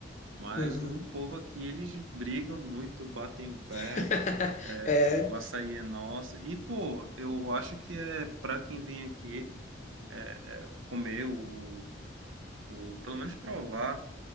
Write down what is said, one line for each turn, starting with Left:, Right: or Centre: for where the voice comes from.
Right: Mas
Left: Uhum.
Right: o povo aqui, eles brigam muito, batem o pé,
Left: <laughs>
Right: é,
Left: É,
Right: o açaí é nosso. E, pô, eu acho que é para quem vem aqui é, é, comer o, o, pelo menos provar